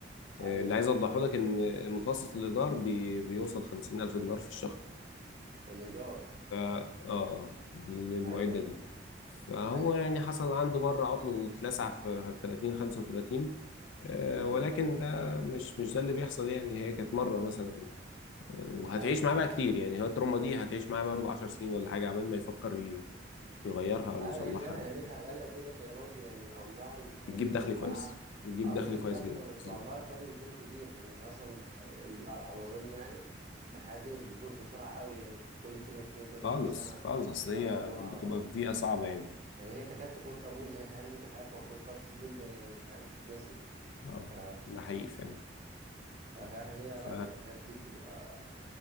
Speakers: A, on the left; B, on the right.
A: آه،
B: ايوه
A: اللي عايز
B: ايوه
A: اوضحه لك ان متوسط الايجار بي- بيوصل 50000 دينار في الشهر
B: الايجار
A: ف اه
B: مم.
A: للمعدة
B: ايوه
A: دي
B: ايوه
A: فهو
B: ايوه
A: يعني
B: ايوه
A: حصل عنده مرة عطل واتلسع في 30 35 آه،
B: مم.
A: ولكن ده مش مش ده اللي بيحصل يعني هي كانت مرة مثلا آه، وهتعيش
B: ايوه
A: معاه بقى
B: ايوه
A: كتير يعني هو التروما دي هتعيش معاه برضه 10 سنين ولا حاجة عبال ما يفكر ي- يغيرها أو
B: ايوه
A: يصلحها
B: هي زي ما
A: أو
B: قيمتها
A: كده.
B: غاليه وكده فهي برضه يعني عمرها الافتراضي
A: بتجيب دخل
B: بتاعها
A: كويس بتجيب
B: اه
A: دخل
B: بتجيب
A: كويس
B: دخل
A: جدا
B: وعمرها
A: بالظبط
B: الافتراضي بيكون كبير فمن هي اصلا ال- على ما اظن يعني الحاجات دي مش بتبوظ بسرعه قوي يعني كل فين وفين كل
A: خالص
B: كام سنه
A: خالص أصل هي
B: فالموضوع
A: بتبقى في بيئة صعبة يعني
B: يعني هي تكاد تكون تبوظ هي فاهم ممكن حاجات ما تبوظ فيها كتير جدا يعني فاهم تتنسي
A: اه
B: ف...
A: ده حقيقي فعلا
B: ففعلا هي
A: ف
B: لا يعني الحاجات دي بتبقى